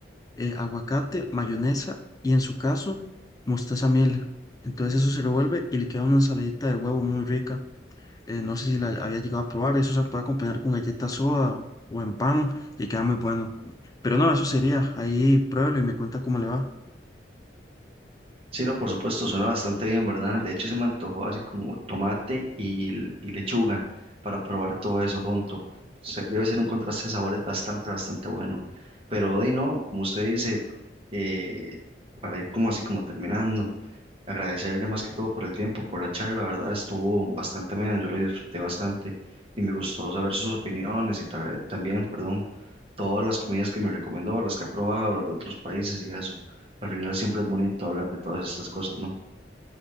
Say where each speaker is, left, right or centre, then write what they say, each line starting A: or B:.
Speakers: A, on the left; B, on the right.
A: eh, aguacate, mayonesa y en su caso, mostaza miel. Entonces eso se revuelve y le queda una ensaladita de huevo muy rica eh, no sé si la había llegado a probar, eso se puede acompañar con galleta soda o en pan y queda muy bueno. Pero no, eso sería, ahí pruébelo y me cuenta cómo le va.
B: Sí, no, por supuesto, suena bastante bien, ¿verdad? De hecho, se me antojó así como tomate y, l- y lechuga para probar todo eso junto. Se- debe ser un contraste de sabores bastante, bastante bueno. Pero de no, como usted dice, eh, para ir como así como terminando, agradecerle más que todo por el tiempo, por la charla, la verdad estuvo bastante menos, yo lo disfruté bastante y me gustó saber sus opiniones y ta- también, perdón, todas las comidas que me recomendó, las que ha probado, las de otros países y eso. Al final siempre es bonito hablar de todas estas cosas, ¿no?